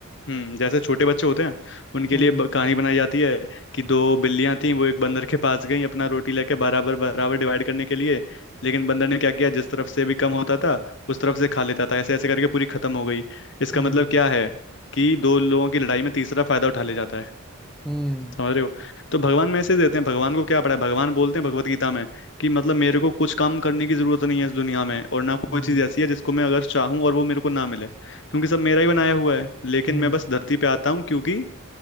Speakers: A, on the left; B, in the centre.
A: हम्म जैसे छोटे बच्चे होते हैं उनके
B: हम्म
A: लिए ब- कहानी बनाई जाती है कि दो बिल्लियां थीं वो एक बंदर के पास गईं अपना रोटी लेके बराबर बराबर डिवाइड करने के लिए लेकिन बंदर ने क्या किया जिस तरफ से भी कम होता था उस तरफ से खा लेता था ऐसे ऐसे करके पूरी खत्म हो गई इसका
B: हम्म
A: मतलब क्या है कि दो लोगों की लड़ाई में तीसरा फायदा उठा ले जाता है
B: हम्म
A: समझ रहे हो तो भगवान मैसेज देते हैं भगवान को क्या पड़ा है भगवान बोलते हैं भगवत गीता में कि मतलब मेरे को कुछ काम करने की जरूरत नहीं है इस दुनिया में और ना कोई
B: हम्म
A: चीज ऐसी है जिसको मैं अगर चाहूँ और वो मेरे को ना मिले क्योंकि सब मेरा ही बनाया हुआ है लेकिन
B: हम्म
A: मैं बस धरती पे आता हूँ क्योंकि